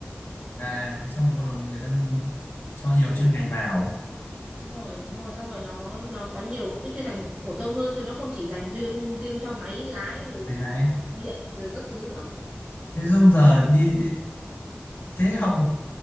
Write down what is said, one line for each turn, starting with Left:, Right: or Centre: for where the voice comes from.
Left: à thế xong rồi bắt đầu người ta cho nhiều
Right: ừ
Left: chuyên ngành vào
Right: đúng rồi đúng rồi xong rồi nó nó có nhiều cái chuyên ngành phổ thông hơn chứ nó không chỉ dành riêng riêng cho máy lái rồi
Left: này này
Right: điện rồi các thứ nữa
Left: thế xong giờ đi thế học